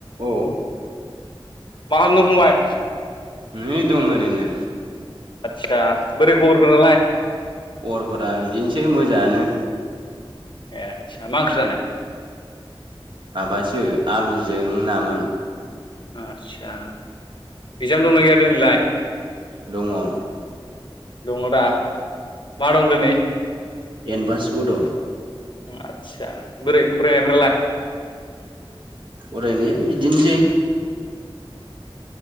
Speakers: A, on the right; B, on the left.
A: औ
B: मा खालामदों फंबाय?
A: नै दं ओरैनो।
B: आतसा बोरै खबरफोरालाय
A: खबरफोरा बिदिनोसै मोजाङानो
B: ए आतसा मा ओंख्रि जानाय?
A: माबासो आलुजों नामोन।
B: आतसा इकजाम दंना गैया दिनैलाय?
A: दङ औ
B: दङ दा मा दं दिनै
A: एदभानस बद'
B: आतसा बोरै फरायनायफ्रालाय
A: फरायनाया बिदिनोसै